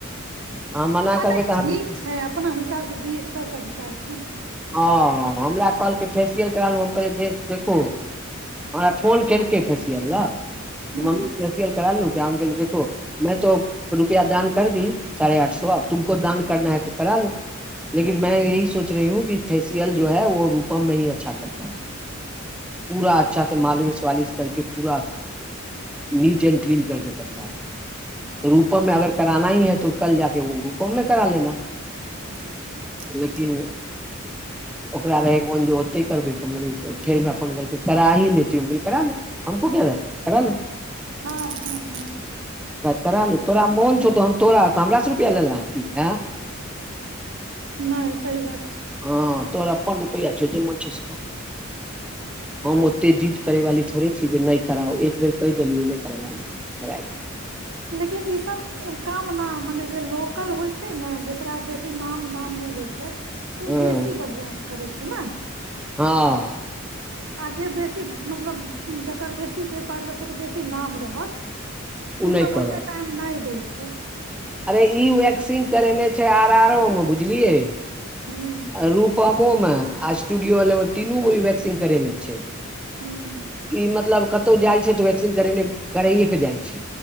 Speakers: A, in the centre; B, on the right (about 65°).
A: अहाँ मना
B: ह
A: करबै तऽ
B: ठीक
A: अहाँ
B: छै अपना हिसाबसे जिय केसबके अधिकार छै ने
A: हं हमरा कहलकै फेसियल करल हम कहले देख देखू हमरा फोन केल कै फेसियल लऽ
B: हूँ
A: जे मम्मी फेसियल करा लहु कऽ कह देखो में तो रुपआ दान कर दी साढ़े आठ सो अब तुमको दान करना है तो करा लो लेकिन मैं यही सोच रही हूँ कि फेसियल जो है वो रूपम में ही अच्छा करता है पूरा अच्छा से मालव स्वालिश करके पूरा नीट एं्ड क्लीन करके पड़ता ह रूपम में अगर कराना ही त कल जाकर रूपम मे करा लेना
B: हँ हँ
A: लेकिन ओकरा रहै मौन जे ओते करबे फेर हमरा फोन करा ही लोल करा लो हमको क देता करा लो
B: हँ हँ
A: <inaudible> कर तोरा मोन छौ तो हम तोरा हमरा रुपआ लेलेे
B: नहि सही बात छै
A: ह तोर अपन रुपैआ छौ जे मोन छौ से कर हम ओते जीद करै वाली थोड़े छी जे नहि कराउ एक बेर कहि देलियौ नहि करी <unintelligible> कर
B: लेकिन ई सब कामना मने जे लोकल होइ छै ने जेकरा बेसी नाम दाम नहि होइ छै ओ
A: हँ
B: बेसी बढ़िआँसँ करै छै ने
A: हँ
B: आ जे बेसी मतलब जकर बेसी जे पारलर सबके बेसी नाम रहत ओ
A: नहि
B: सब
A: करत
B: ओते टाइम नहि दय छै
A: अरे ई वेक्सिंग करेने छै आर आर ओ मे बुझलियए
B: हूँ
A: रूपम मोम स्टूडियो तीनू ओ वैक्सिंग करेने छै
B: हूँ
A: ई मतलब कत कतहु जाइ छै तऽ वैक्सिन करेने करैएके जाइ छै